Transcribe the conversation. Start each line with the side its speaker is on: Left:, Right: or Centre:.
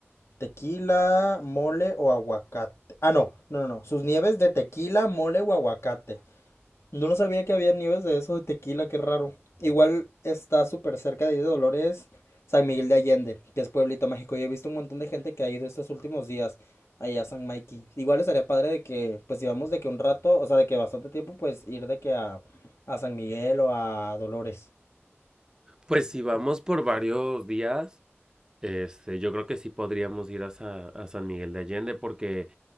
Left: tequila, mole o aguacate. Ah, no, no, no, no, sus nieves de tequila, mole o aguacate. Yo no sabía que había nieves de eso de tequila, qué raro. Igual está súper cerca de ahí de Dolores, San Miguel de Allende, que es Pueblito Mágico. Yo he visto un montón de gente que ha ido estos últimos días allá a San Mikey. Igual estaría padre de que, pues si vamos de que un rato, o sea, de que bastante tiempo, pues ir de que a, a San Miguel o a Dolores.
Right: Pues si vamos por varios días. Este, yo creo que sí podríamos ir a, Sa- a San Miguel de Allende porque